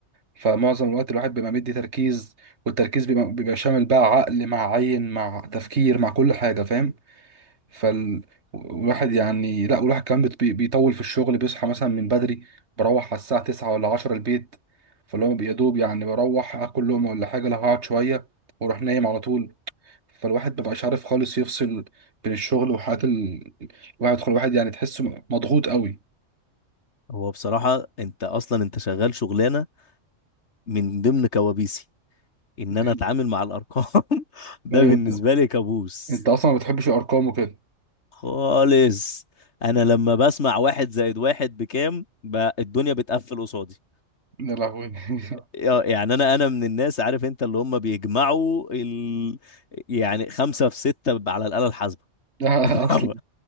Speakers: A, on the right; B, on the left.
A: فمعظم الوقت الواحد بيبقى مدي تركيز والتركيز بيبقى, بيبقى شامل بقى عقل مع عين مع تفكير مع كل حاجة فاهم فالواحد يعني لا والواحد كمان بت- بي- بيطول في الشغل بيصحى مثلا من بدري بروح على الساعة 9 ولا 10 البيت فاللي هو يا دوب يعني بروح اكل لقمة ولا حاجة لو هقعد شوية واروح نايم على طول فالواحد مبقاش عارف خالص يفصل بين الشغل وحياة ال... الواحد خل الواحد يعني تحسه مضغوط قوي
B: هو بصراحة انت اصلا انت شغال شغلانة من ضمن كوابيسي ان
A: <laughs>
B: انا اتعامل مع الارقام <laughs> ده
A: ايوه
B: بالنسبة
A: انت
B: لي كابوس
A: انت اصلا ما بتحبش الارقام وكده
B: خالص انا لما بسمع واحد زائد واحد بكام بقى الدنيا بتقفل قصادي
A: يا لهوي <laughs>
B: يا- يعني انا انا من الناس عارف انت اللي هم بيجمعوا ال... يعني خمسة في ستة على الآلة الحاسبة
A: <laughs>
B: <laughs>
A: اصلا